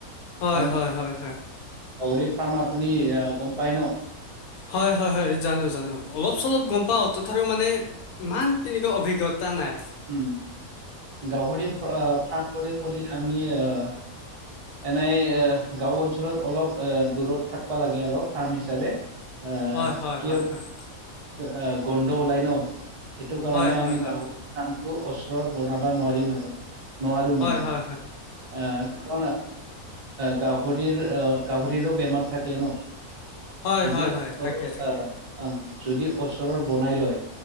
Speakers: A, on the left; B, on the right.
A: হয়
B: ফাৰ্ম
A: হয় হয় হয়।
B: গাহৰি ফাৰ্ম আপুনি এয়া গম পাই ন?
A: হয় হয় হয় জানো জানো অলপ চলপ গম পাওঁ তথাপিও মানে ইমান তেনেকুৱা অভিজ্ঞ তা নাই।
B: উম, গাহৰি
A: উম,
B: ফাৰ্ম বুলি কলে আমি আহ এনেই গাওঁ অঞ্চলত অলপ দূৰত থাকবা লাগে আৰু ফাৰ্ম হিচাপে। আহ
A: হয় হয়
B: কিয়
A: হয় হয়
B: আহ গন্ধ ওলাই ন। সেইটো কাৰণে
A: হয় হয়
B: আমি
A: হয়
B: গাঁৱৰ ফাৰ্মটো ওচৰত বনা বা নোৱাৰিম আৰু নোৱাৰো
A: হয়
B: মানে
A: হয় হয়
B: এ গাহৰিৰ গাহৰিৰো বেমাৰ থাকে ন।
A: হয় হয়
B: যদি
A: হয় হয় থাকে
B: আহ
A: থাকে
B: আহ। যদি অচৰত বনাই লয়